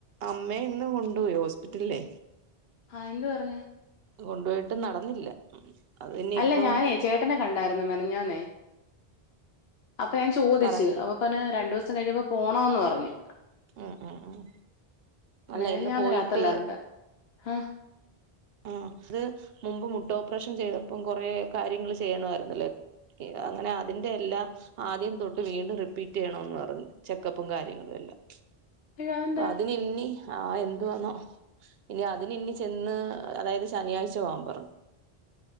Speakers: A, on the right; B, on the left.
A: അമ്മെ ഇന്ന് കൊണ്ടുപോയി ഹോ റ്റ്ല്ലേ
B: ആ എന്ത് പറഞ്ഞ്
A: കൊണ്ടുപോയിട്ട് നടന്നില്ല അത് ഇനി
B: അല്ല
A: ഇപ്പം
B: ഞാനേ ചേട്ടനെ കണ്ടായിര്ന്നു മെന ഞ്ഞാന്നെ അപ്പൊ ഞാൻ ചോദിച്ച്
A: പറഞ്ഞ
B: അപ്പപ്പന്ന രണ്ടുസ് സം കഴിയുമ്പോ പോണോന്ന് പറഞ്ഞ്
A: ഉം ഉം ഉം അല്ല
B: മെനഞ്ഞാന്ന്
A: ഇന്ന് പോയിട്ട്
B: രാത്രിയിലാ കണ്ടേ ആ
A: ആ ത് മുമ്പ് മുട്ടോപ്പറേഷൻ ചെയ്തപ്പം കൊറേ കാര്യങ്ങള് ചെയ്യണമായിരുന്നില്ലേ അങ്ങനെ അതിന്റെ എല്ലാം ആദ്യം തൊട്ട് വീണ്ടും റിപ്പീറ്റ് ചെയ്യണംന്ന് പറഞ്ഞു ചെക്കപ്പും കാര്യങ്ങളും എല്ലാം
B: അയ്യോ അതെന്താ
A: പ്പ അതിന് ന്നി ആഹ എന്തവാണോ ഇനി അതി ഇനി ചെന്ന് അതായത് ശനിയാഴ്ച പോകാൻപറ